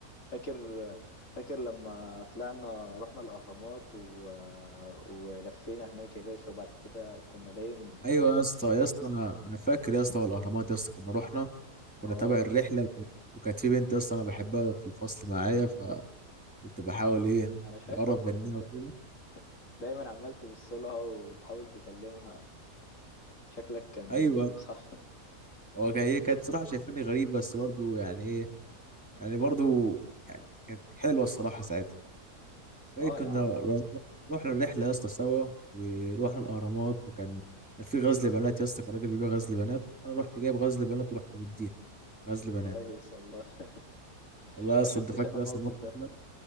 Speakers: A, on the left; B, in the centre.
A: فاكر فاكر لما طلعنا رحنا الأهرامات و... ولفينا هناك يا باشا وبعد كده كنا باين
B: ايوه
A: في رحلة
B: يا اسطى يا اسطى انا انا فاكر يا اسطى والاهرامات يا اسطى كنا رحنا كنا
A: اه
B: تابع الرحله وك- وكانت في بنت يا اسطى انا بحبها في الفصل معايا فكنت بحاول ايه
A: أنا شايفك
B: اقرب
A: كنت
B: منها وكده
A: دايما عمال تبصلها وتحاول تكلمها شكلك كان
B: ايوه
A: مريب صح؟
B: هو كان- هي كانت صراحه شايفاني غريب بس برضو يعني ايه يعني برضو يعني كانت حلوه الصراحه ساعتها
A: <laughs>
B: فايه
A: اه
B: كنا
A: يا عم
B: ر- رحنا الرحله يا اسطى سوا ورحنا الاهرامات وكان كان في غزل بنات يا اسطى كان راجل بيبيع غزل بنات انا رحت جايب غزل بنات ورحت مديها غزل بنات
A: كويس والله <laughs>
B: والله يا
A: ما
B: اسطى
A: شفتش
B: انت فاكر
A: أنا الموقف
B: اصلا الموقف
A: ده
B: ده